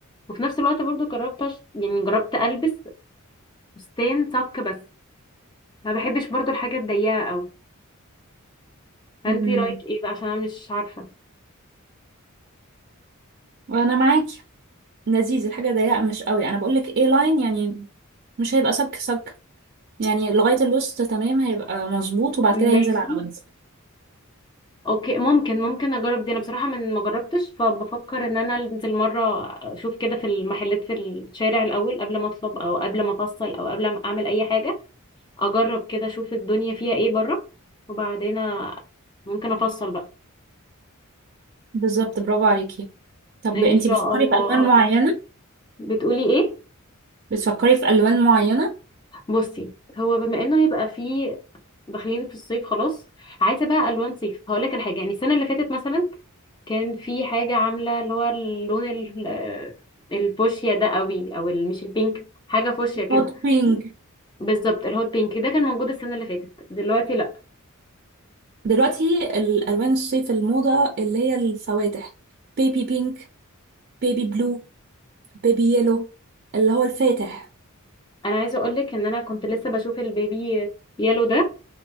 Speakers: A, on the left; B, on the right.
A: وفي نفس الوقت برضو جربت أش... يعني جربت البس فستان صك بس ما بحبش برضو الحاجه الضيقه قوي فانتي
B: مم.
A: رايك ايه بقى عشان انا مش عارفه
B: وانا معاكي لذيذ الحاجة ضيقة مش قوي انا بقولك اي لاين يعني مش هيبقى صك صك يعني لغاية الوسط تمام هيبقى مظبوط وبعد كده
A: ماشي
B: هينزل على وزن
A: اوكي ممكن ممكن اجرب دي انا بصراحه من ما جربتش فبفكر ان انا انزل مره اشوف كده في المحلات في الشارع الاول قبل ما اطلب او قبل ما افصل او قبل ما اعمل اي حاجه اجرب كده اشوف الدنيا فيها ايه بره وبعدين أ- ممكن افصل بقى
B: بالظبط برافو عليكي طب
A: ان
B: انتي
A: شاء
B: بتفكري
A: الله
B: في
A: اه
B: ألوان معينة
A: بتقولي ايه
B: بتفكري في الوان معينه
A: بصي هو بما انه هيبقى فيه داخلين في الصيف خلاص عايزه بقى الوان صيف هقول لك الحاجه يعني السنه اللي فاتت مثلا كان في حاجه عامله اللي هو اللون ال- آه، الفوشيا ده قوي او ال- مش البينك حاجه فوشيا كده
B: هوت بينك
A: بالظبط الهوت بينك ده كان موجود السنه اللي فاتت دلوقتي لا
B: دلوقتي الالوان الصيف الموضه اللي هي الفواتح بيبي بينك بيبي بلو بيبي يلو اللي هو الفاتح
A: انا عايزه اقول لك ان انا كنت لسه بشوف البيبي يالو ده